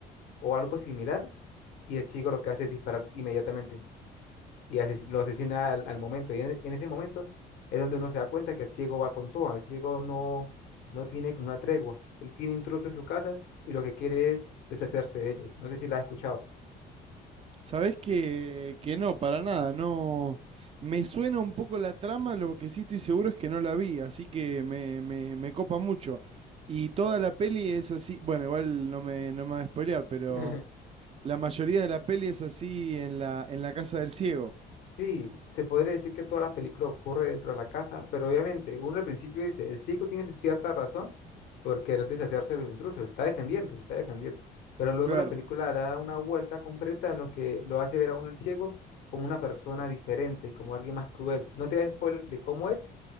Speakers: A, on the left; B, on the right.
A: o algo similar, y el ciego lo que hace es disparar inmediatamente. y ases- lo asesina al, al momento. Y en, en ese momento es donde uno se da cuenta que el ciego va con todo, el ciego no, no tiene como una tregua, él tiene intrusos en su casa y lo que quiere es deshacerse de ellos. No sé si la has escuchado.
B: Sabés que, que no, para nada, no. Me suena un poco la trama, lo que sí estoy seguro es que no la vi, así que me, me, me copa mucho. Y toda la peli es así, bueno, igual no me, no me va a spoilear, pero
A: <laughs>
B: la mayoría de la peli es así en la, en la casa del ciego,
A: Sí, se podría decir que toda la película ocurre dentro de la casa, pero obviamente uno al principio dice, el ciego tiene su cierta razón por querer deshacerse de los intrusos, se está defendiendo, se está defendiendo, pero luego
B: claro.
A: la película le da una vuelta completa en lo que lo hace ver a uno el ciego como una persona diferente, como alguien más cruel. No te da spoiler de cómo es,